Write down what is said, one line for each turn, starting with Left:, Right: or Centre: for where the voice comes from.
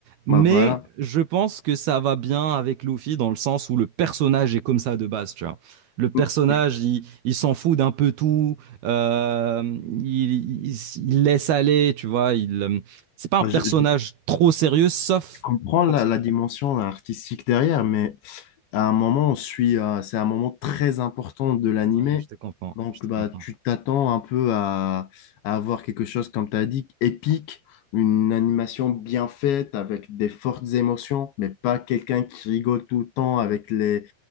Right: Mais
Left: Bah voilà.
Right: je pense que ça va bien avec Luffy dans le sens où le personnage est comme ça de base, tu vois. Le personnage,
Left: Hum, Je,
Right: il, il s'en fout d'un peu tout, euh, il, il- il laisse aller, tu vois. Il, euh, c'est pas
Left: bah,
Right: un personnage
Left: je- je-
Right: trop sérieux, sauf
Left: je comprends
Right: quand
Left: la,
Right: il...
Left: la dimension artistique derrière, mais à un moment, on suit, euh, c'est un moment très important de l'animé.
Right: Ouais, je te comprends,
Left: Donc,
Right: je te
Left: bah,
Right: comprends.
Left: tu t'attends un peu à, à avoir quelque chose, comme tu as dit, épique, une animation bien faite, avec des fortes émotions, mais pas quelqu'un qui rigole tout le temps avec les...